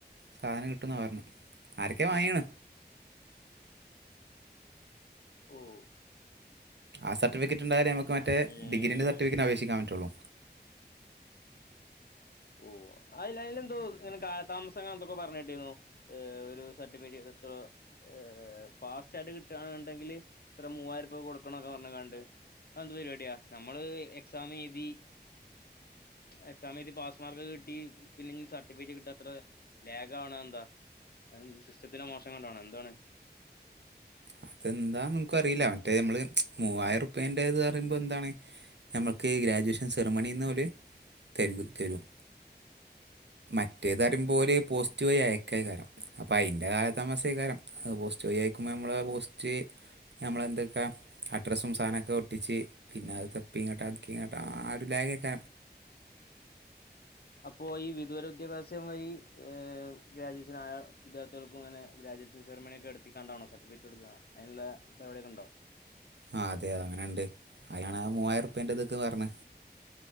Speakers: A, on the right; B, on the left.
A: സാധനം കിട്ടുമെന്ന പറഞ്ഞു ആരൊക്കെ വാങ്ങിയാണ്
B: ഓഹ്
A: ആ സർട്ടിഫിക്കറ്റ് ഇണ്ടായാലെ ഞ്ഞമ്മക്ക് മറ്റെ
B: ഈ
A: ഡിഗ്രീന്റെ സർിഫിക്കറ്റ് അപേക്ഷിക്കാൻ പറ്റൊള്ളൂ
B: ഓഹ് അയില് എന്തോ ങ്ങനെ കാലതാമസം പ്പങ്ങനെന്തൊക്കെ പറണേട്ടിരുന്നു ഒരു സർട്ടിഫിക്കറ്റ് എന്തോ ഏഹേ ഫാസ്റ്റായിട്ട് കിട്ടാണ്ന്ന്ണ്ടെങ്കില് എത്ര മൂവായിരപ്പിക്കെ കൊടുക്കണൊക്കെ പറഞ്ഞ് കാണ്ട് എന്ത് പരിപാടിയാ നമ്മള് എക്സാം എഴുതി എക്സാം എഴുതി പാസ് മാർക്ക് കിട്ടി പിന്നെ സർട്ടിഫിക്കറ്റ് കിട്ടി അത്ര ലേഗ് ആവണ് എന്താ അതെന്തെ സിസ്റ്റത്തിന്റെ മോശം കൊണ്ടാണോ എന്താണ്?
A: അതെന്താ ൻക്ക് അറിയില്ല മറ്റേ നമ്മള് മൂവായിരം രൂപേൻറേത് പറയുമ്പോ എന്താണ് ഞ്ഞമ്മക്ക് ഗ്രാജുവേഷൻ സെർമണിന്നോല് തെരുകും തെരും മറ്റേത് പറയുമ്പോ ഒരു പോസ്റ്റ് വഴി അയ ആയികാരം അപ്പം അതിൻറെ കാല താമസമായികാരം അത് പോസ്റ്റ് വഴി അയക്കുമ്പോൾ നമ്മൾ പോസ്റ്റ് നമ്മളെന്തൊക്കെ അഡ്രസ്സും സാനമൊക്കെ ഒട്ടിച്ച് പിന്നെ അത് തപ്പി ഇങ്ങോട്ട് ആക്കി ഇങ്ങോട്ട് ആ ഒരു ലാഗ് ആക്ക
B: അപ്പോ ഈ വിദൂര വിദ്യാഭ്യാസം വഴി ഗ്രാജുവേഷൻ ആയ വിദ്യാർഥികൾക്കും അങ്ങനെ ഗ്രാജുവേഷൻസർമണിയൊക്കെ എടുത്തിടാന്നോ സട്ടിഫിക്കറ്റ് എടുക്കുക അതിനുള്ള പരിപടിയൊ ഉണ്ടോ
A: ആഹ് അതെ അത് അങ്ങനെയണ്ട് അയാണ് മൂവായിറുപ്പേന്റതക്ക് പറഞ്ഞ്